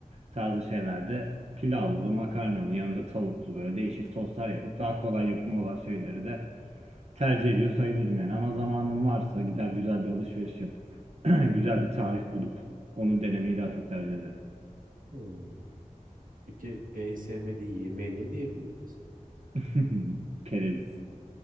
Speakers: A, on the right (about 55°); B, on the right (about 90°).
A: tarzı şeylerde pilavlı, makarnalı, yanında tavuklu böyle değişik soslar yapıp daha kolay yapım olan şeyleri de tercih ediyor sayılırım yani. Ama zamanım varsa gider güzel bir alışveriş yapıp <clears throat> güzel bir tarif bulup onu denemeyi daha çok tercih ederim.
B: Hmm. Peki en sevmediğin yemeği ne diyebiliriz?
A: <laughs> Kereviz.